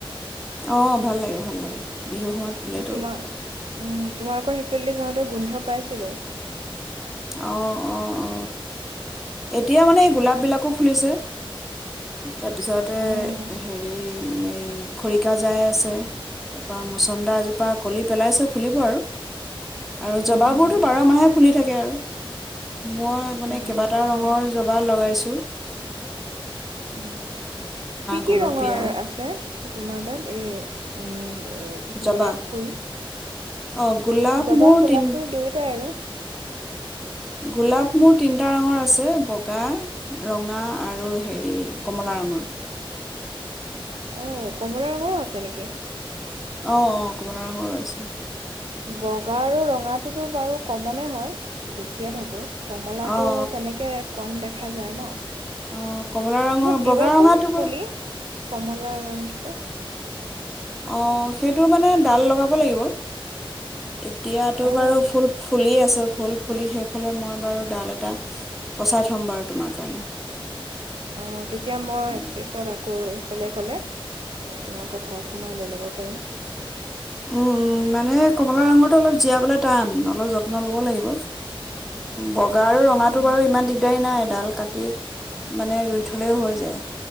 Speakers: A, in the centre; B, on the right (about 70°).
A: অ ভাল লাগে ভাল লাগে বিহুৰ সময়ত ফুলেতো
B: তোমাৰ উম তোমালোকৰ সেইফিলডদি যাওঁতে গোন্ধ পাইছিলোঁ
A: আহ অ অ এতিয়া মানে এই গোলাপ বিলাকো ফুলিছে তাৰপিছতে
B: অ',
A: হেৰি এই খৰিকা জাই আছে তাৰপৰা মুচন্দা এজোপা কলি পেলাইছে ফুলিব আৰু আৰু
B: উম,
A: জবাবোৰতো
B: উম,
A: ব বাৰ মাহহে ফুলি থাকে আৰু মই মানে
B: উম,
A: কেবা কেইবা
B: হয়
A: ৰঙৰ জবা লগাইছো
B: উম। কি কি
A: গুলপীয়া
B: ৰঙৰ আছে তোমাৰ তাত এই উম
A: জবা
B: গোলাপ ফুল
A: অঁ গোলাপ
B: জবাহ
A: মোৰ
B: গোলাপ
A: তিন
B: ফুল দুয়োটাই আৰু
A: গোলাপ মোৰ তিনিটা ৰঙৰ আছে বগা ৰঙা আৰু হেৰি কমলা ৰঙৰ
B: অ কমলা ৰঙৰো আছে নেকি
A: আহ অ কমলা ৰঙৰ আছে
B: বগা আৰু ৰঙাটোতো বাৰু কমনে হয় দেখিয়ে থাকো কমলাটো
A: অঁ
B: তেনেকে কম দেখ দেখা যায় ন
A: অ কমলা ৰঙৰ
B: মোক দিবাচোন
A: বগা ৰঙাটো
B: পুলি
A: বাৰু
B: কমলা ৰংটো পৰা
A: অঁ সেইটো মানে ডাল লগাব লাগিব এতিয়াতো
B: অ'।
A: বাৰু ফুল ফুলি আছে ফুল ফুলি শেষ হলে মই বাৰু ডাল এটা পচাই থম বাৰু তোমাৰ কাৰণে
B: অ তেতিয়া মই
A: উম
B: পিছত আকৌ এইফালে ক'লে এ তোমাক আকৌ ঘৰত সোমাই লৈ ল'ব পাৰিম
A: উম উম মানে কমলা ৰঙৰটো অলপ জীয়াবলৈ টান ন আৰু য়ত্ন লব লাগিব বগা আৰু ৰঙাটো
B: অ'
A: বাৰু ইমান দিগদাৰী নাই ডাল কাটি মানে ৰুই থলেও হৈ যায়